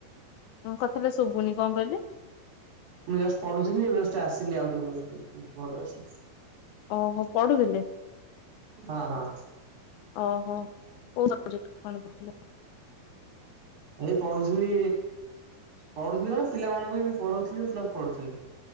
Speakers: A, on the left; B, on the right.
A: ହଁ କଥା ହେଲେ ଶୁଭୁନି କଣ କହିଲେ?
B: ମୁଁ ଜଷ୍ଟ ପଢ଼ୁଥିଲି ଏବେ ଜଷ୍ଟ ଆସିଲି ଆଉ ଟିକେ ପଢା ପଢ଼ି ଘରୁ ଆସିଲି।
A: ଓ ହୋ ପଢୁଥିଲେ।
B: ହଁ ହଁ।
A: ଓହୋ କୋଉ ସବଜେକ୍ଟ କଣ ପଢ଼ୁଥିଲେ?
B: ଏଇ ପଢୁଥିଲି ପଢୁଥିଲି କଣ ପିଲାମାନଙ୍କୁ ପଢଉଥିଲି ମୁଁ ପ୍ଲସ ପଢୁଥିଲି।